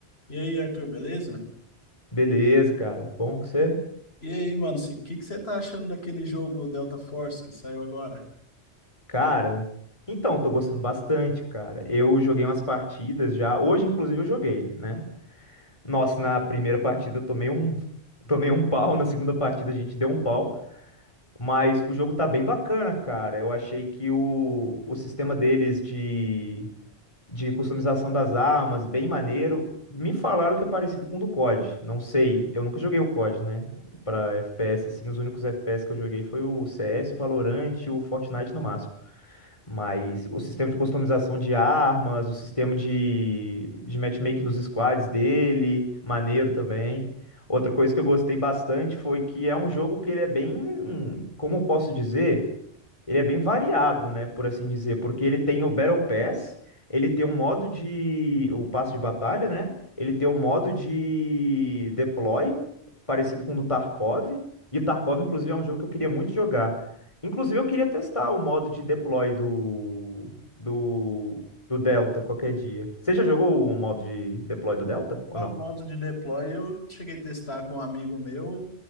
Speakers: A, on the left; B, on the left.
A: E aí, Arthur, beleza?
B: Beleza, cara. Bom que você.
A: E aí, mano, o que que você tá achando daquele jogo Delta Force que saiu agora?
B: Cara, então, tô gostando bastante, cara. Eu joguei umas partidas já. Hoje, inclusive, eu joguei, né? Nossa, na primeira partida eu tomei um, <laughs> tomei um pau. Na segunda partida a gente deu um pau. Mas o jogo tá bem bacana, cara. Eu achei que o, o sistema deles de de customização das armas, bem maneiro. Me falaram que é parecido com o do COD. Não sei, eu nunca joguei o COD, né? Pra FPS, assim, os únicos FPS que eu joguei foi o CS, o Valorant e o Fortnite no máximo. Mas o sistema de customização de armas, o sistema de, de matchmaking nos squads dele, maneiro também. Outra coisa que eu gostei bastante foi que é um jogo que ele é bem, como eu posso dizer? Ele é bem variado, né, por assim dizer, porque ele tem o Battle Pass, ele tem o modo de o passe de batalha, né? Ele tem o modo de deploy, parecido com o do Tarkov, e o Tarkov inclusive é um jogo que eu queria muito jogar. Inclusive eu queria testar o modo de deploy do do do Delta qualquer dia. Você já jogou o modo de deploy do Delta ou
A: Ah,
B: não?
A: o modo de deploy eu cheguei a testar com um amigo meu,